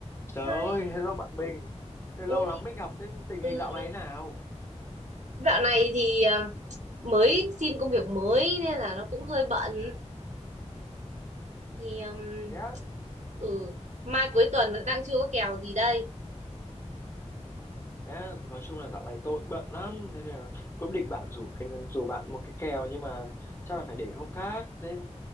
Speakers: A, on the left; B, on the right.
A: Trời
B: Hai.
A: ơi, hello bạn mình. Thế
B: Ôi,
A: lâu lắm mới gặp, thế tình
B: ừ,
A: hình dạo
B: lơ-
A: này nào?
B: dạo này thì ờ, mới xin công việc mới nên là nó cũng hơi bận thì ừm,
A: Thế á,
B: ừ mai cuối tuần đang chưa có kèo gì đây
A: thế á, nói chung là dạo này tôi cũng bận lắm, thế nên là cũng định bạn rủ cái rủ bạn một cái kèo nhưng mà chắc là phải để hôm khác. Thế